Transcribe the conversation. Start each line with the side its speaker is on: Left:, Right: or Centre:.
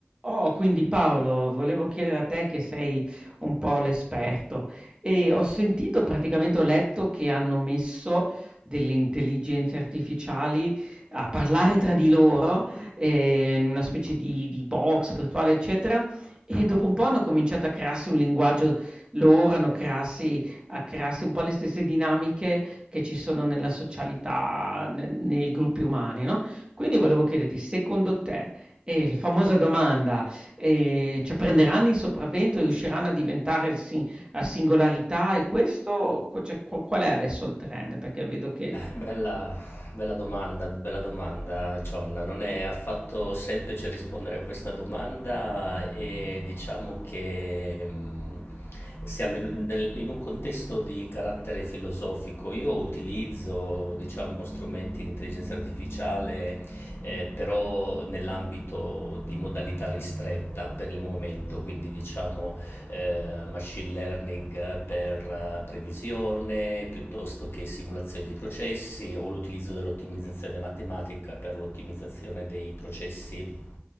Right: Oh, quindi Paolo, volevo chiedere a te che sei un po' l'esperto e ho sentito, praticamente ho letto che hanno messo delle intelligenze artificiali a parlare tra di loro eh, in una specie di, di box virtuale, eccetera, e dopo un po' hanno cominciato a crearsi un linguaggio loro, hanno crearsi, a crearsi un po' le stesse dinamiche che ci sono nella socialità, ne- nei gruppi umani, no? Quindi volevo chiederti, secondo te... Eh, la famosa domanda, ehm, cioè prenderanno il sopravvento, e riusciranno a diventare sin a singolarità e questo co cioè qu qual è adesso il trend? Perché vedo che ci
Left: Bella, bella domanda, bella domanda, John. Non è affatto semplice rispondere a questa domanda e diciamo che mh, siamo in, nel- in un contesto di carattere filosofico. Io utilizzo, diciamo, strumenti di intelligenza artificiale, eh, però nell'ambito di modalità ristretta per il momento, quindi diciamo eh, machine learning per eh, previsione piuttosto che simulazione di processi o l'utilizzo dell'ottimizzazione matematica per l'ottimizzazione dei processi